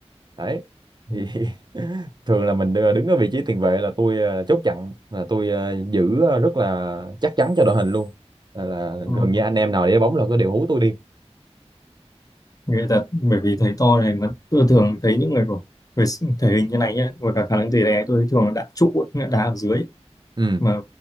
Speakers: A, on the right; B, on the left.
A: đấy
B: Ừ.
A: thì <laughs> thường là mình đứng ở vị trí tiền vệ là tôi ờ, chốt chặn là tôi ờ, giữ ờ, rất là chắc chắn cho đội hình luôn là, là
B: Ừ.
A: gần như anh em nào để bóng là có đều hú tôi đi
B: Người thật, bởi vì thấy to này mà tôi thường thấy những người của người s- thể hình như này nhá, với cả khả năng tì đè tôi thấy thường là đá trụ, ấy, nghĩa là đá ở dưới ấy.
A: ừ
B: mà